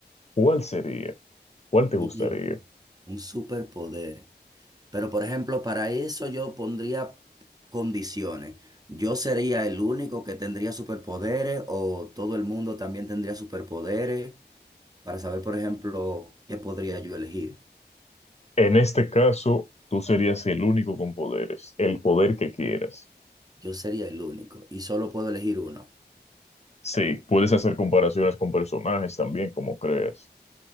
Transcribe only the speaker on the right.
Mierda,
un superpoder. Pero, por ejemplo, para eso yo pondría condiciones. ¿Yo sería el único que tendría superpoderes o todo el mundo también tendría superpoderes? Para saber, por ejemplo, qué podría yo elegir.
Yo sería el único y solo puedo elegir uno.